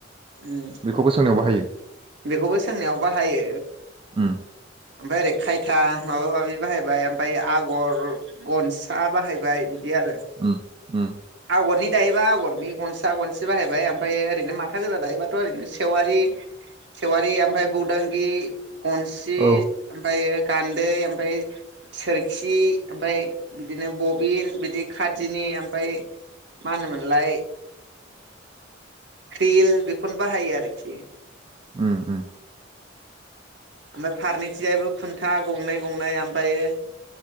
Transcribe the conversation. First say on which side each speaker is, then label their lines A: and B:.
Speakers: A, on the right (about 65°); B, on the right (about 30°).
A: उम
B: बेखौबो सोंनायाव बाहायो।
A: बेखौबो सोंनायाव बाहायो।
B: उम
A: ओमफ्राय ओरै खायथा माबा माबि बाहायबाय ओमफ्राय आगर गनसा बाहायबाय बिदि आरो
B: उम उम
A: आगरनि दायोबा आगरनि गनसा गनसि बाहायबाय ओमफ्राय ओरैनो माथा गोजा दायोबाथ' ओरैनो सेवारि सेवारि ओमफ्राय बौदांगि गनसि
B: औ
A: ओमफ्रायो गान्दै ओमफ्राय सोरखि ओमफ्राय बिदिनो बबिन बिदि खादिनि ओमफ्राय मा होनोमोनलाय क्रिल बेफोर बाहायो आरोखि
B: उम उम
A: ओमफ्राय फारनैथिंजायबो खुन्था गंनै गंनै ओमफ्रायो